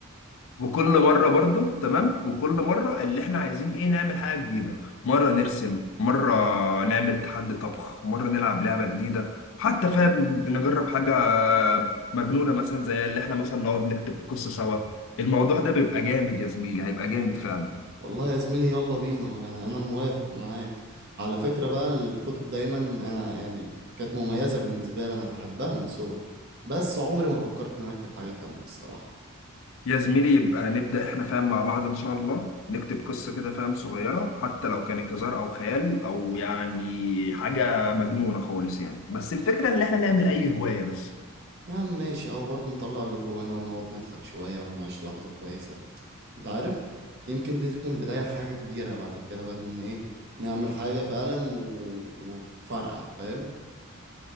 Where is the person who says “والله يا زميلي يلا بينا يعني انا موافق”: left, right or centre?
Right